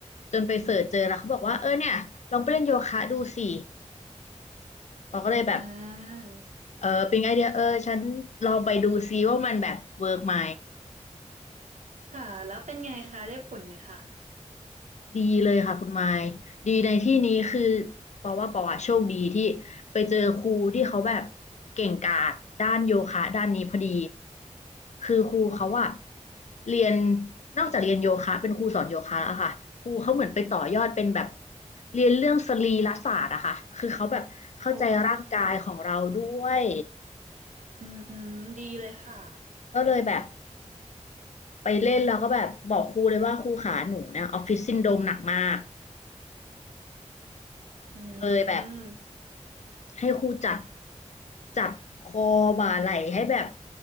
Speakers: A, on the left (about 65°); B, on the right (about 75°).
A: จนไปเสิร์ชเจอแล้วเขาบอกว่าเออเนี่ยลองไปเล่นโยคะดูสิเราก็เลยแบบ
B: อ่า
A: เออเป็นไอเดียเออฉันลองไปดูซิว่ามันแบบเวิร์กไหม
B: ค่ะแล้วเป็นไงคะได้ผลไหมคะ
A: ดีเลยค่ะคุณไมค์ดีในที่นี้คือเพราะว่าปอว่าโชคดีที่ไปเจอครูที่เขาแบบเก่งกาจด้านโยคะด้านนี้พอดีคือครูเขาอะเรียนนอกจากเรียนโยคะเป็นครูสอนโยคะแล้วอค่ะครูเขาเหมือนไปต่อยอดเป็นแบบเรียนเรื่องสรีรศาสตร์อะค่ะคือเขาแบบเข้าใจร่างกายของเราด้วย
B: อ๋ออืมอืมดีเลยค่ะ
A: ก็เลยแบบไปเล่นแล้วก็แบบบอกครูเลยว่าครูขาหนูเนี่ยออฟฟิศซินโดรมหนักมาก
B: อืม
A: เลยแบบ ให้ครูจัดจัดคอบ่าไหล่ให้แบบ